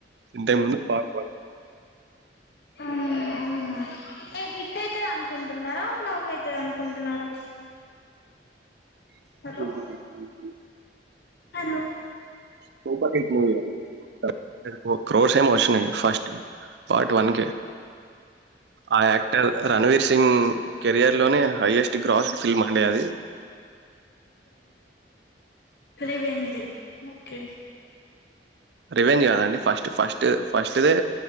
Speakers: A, on the right (about 70°); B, on the left (about 65°).
A: ఇంతై ముందు పార్ట్ వన్
B: ఆ అవునా ఏ హిట్ అవుతుంది అనుకుంటున్నారా ఫ్లాప్ అవుతుంది అనుకుంటున్నారా
A: <inaudible>
B: hello hello
A: super Haq movie అ క్రోర్స్ ఏం వచ్చినాయి ఫస్ట్ పార్ట్ వన్ క ఆ యాక్టర్ రణవీర్ సింగ్ కెరియర్ లోనే హైయెస్ట్ గ్రాస్డ్ ఫిల్మ్ అది
B: ఫీ వెంది ఓకే
A: రివెన్జ్ కాదండి ఫస్ట్ ఫస్ట్ ఫస్ట్దే